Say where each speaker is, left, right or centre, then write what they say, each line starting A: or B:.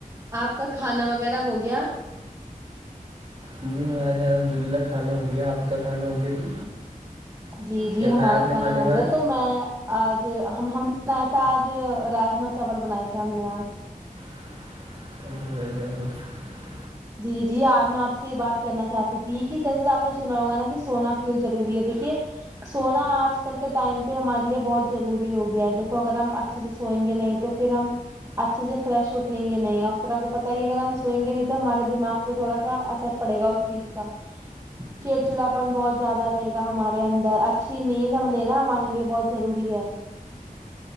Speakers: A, on the right; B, on the right.
A: آپ کا کھانا وغیرہ ہو گیا
B: جی ہمارے یہاں الحمد اللہ کھانا ہو گیا آپ کا کھانا ہو گیا جی
A: جی جی
B: کیا
A: ہمارا
B: کھایا آپ نے
A: کھانا
B: کھانے
A: ہو گیا
B: آج
A: تو میں آج ہم ہم نے بنایا تھا آج راجما چاول بنایا تھا ہم نے آج
B: <unintelligible> <unintelligible>
A: جی جی آج میں آپ سے یہ بات کرنا چاہتی تھی کہ جیسےہی آپ نے سنا ہوگا نا کہ سونا کیوں ضروری ہے دیکھیے سونا آج کل کے ٹائم پہ ہمارے لیے بہت ضروری ہو گیا ہے دیکھو اگر ہم اچھے سے سوئیں گے نہیں تو پھر ہم اچھے سے فرش اٹھیں گے نہیں اور پھر آپ کو پتہ ہی ہے اگر ہم سوئیں گے نہیں تو ہمارے دماغ پہ تھوڑا سا اثر پڑے گا اس چیز کا چڑ چڑاپن بہت زیادہ رہیگا ہمارے اندر اچھی نیند ہم لینا ہمارے لیے بہت ضروری ہے